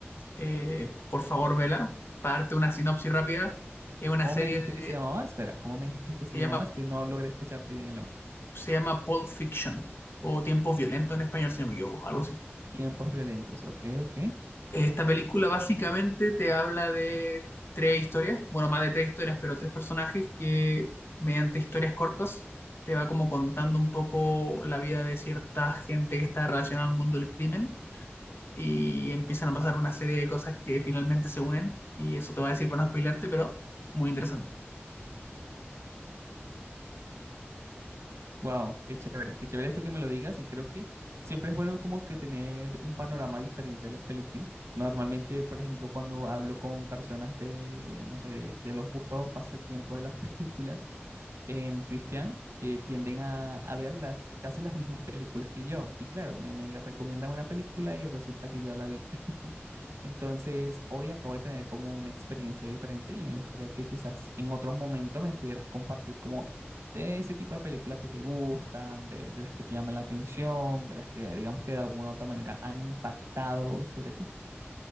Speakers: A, on the left (about 60°); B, on the right (about 90°).
A: eh, por favor, vela. Para darte una sinopsis rápida, es una
B: ¿Cómo
A: serie
B: me dijiste que se
A: de,
B: llamaba? Espera, ¿cómo me dijiste que se
A: se llama,
B: llamaba? Es que no logré escucharte bien el nombre.
A: se llama Pulp Fiction o Tiempos Violentos en español, si no me equivoco, algo así.
B: Tiempos violentos, ok, ok.
A: Esta película básicamente te habla de tres historias, bueno, más de tres historias, pero tres personajes que mediante historias cortas te va como contando un poco la vida de cierta gente que está relacionada al mundo del crimen y empiezan a pasar una serie de cosas que finalmente se unen y eso te va a decir para no spoilearte, pero muy interesante.
B: Wow, qué chévere, qué chévere esto que me lo digas y creo que siempre es bueno como que tener un panorama diferente de las películas. Normalmente, por ejemplo, cuando hablo con personas de, no sé, de, de los gustos pasatiempo de las <laughs> películas, em, Cristian, eh, tienden a, a ver las, casi las mismas películas que yo. Y claro, me, me recomiendan una película y resulta que ya la vi. <laughs> Entonces, hoy acabo de tener como una experiencia diferente y me gustaría que quizás en otro momento me pudieras compartir como de ese tipo de películas que te gustan, de, de las que te llaman la atención, de las que digamos que de alguna u otra manera han impactado sobre ti.